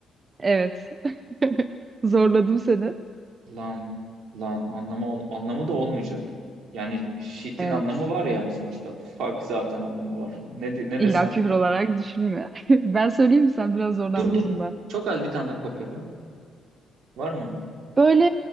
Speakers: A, on the right (about 35°); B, on the right (about 75°).
A: Evet. <laughs> Zorladım seni.
B: Lan lan anlamı ol- anlamı da olmayacak. Yani shit'in
A: Evet.
B: anlamı var yani sonuçta. Fuck zaten anlamı var. Ne de- ne
A: İlla
B: desem?
A: küfür olarak düşünme. <laughs> Ben söyleyeyim mi sen biraz zorlandın
B: Dur dur.
A: bunda.
B: Çok az bir tane daha kopya var. Var mı?
A: Böyle